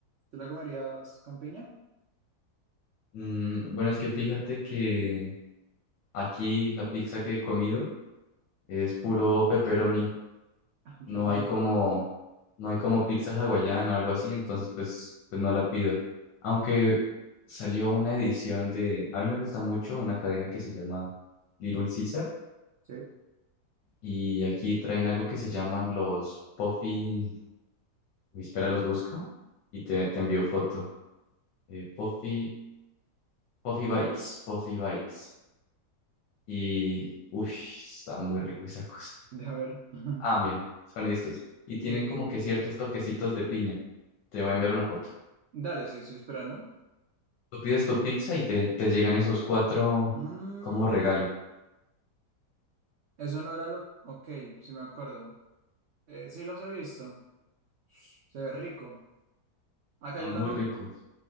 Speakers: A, on the right (about 85°); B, on the left (about 85°).
A: ¿Tú la comerías con piña?
B: mm, bueno, es que fíjate que... Aquí la pizza que he comido es puro pepperoni.
A: Ah, Yo
B: No
A: también.
B: hay como, no hay como pizza hawaiana o algo así, entonces pues, pues no la pido. Aunque salió una edición de, a mí me gusta mucho una cadena que se llama Little Caesar
A: Sí,
B: y aquí traen algo que se llaman los Puffy, uy, espera, los busco y te, te envío foto. Eh, Puffy, Puffy Bites, Puffy Bites. Y, uff, está muy rico esa cosa.
A: de a ver. <laughs>
B: Ah, mira, son estos. Y tienen
A: Y-
B: como que ciertos toquecitos de piña. Te voy a enviar una foto.
A: dale, sí, estoy esperando.
B: Tú pides tu pizza y te, te llegan esos cuatro
A: Mm,
B: como regalo.
A: eso no era lo... Ok, sí me acuerdo. Eh, sí los he visto. Se ve rico. Acá
B: Son
A: yo también,
B: muy ricos.